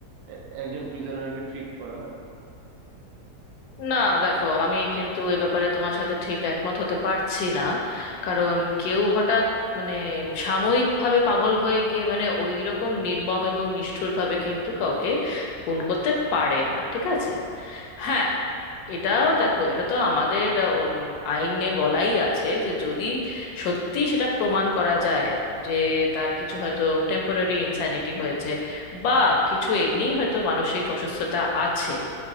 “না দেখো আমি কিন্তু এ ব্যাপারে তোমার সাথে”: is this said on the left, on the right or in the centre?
Left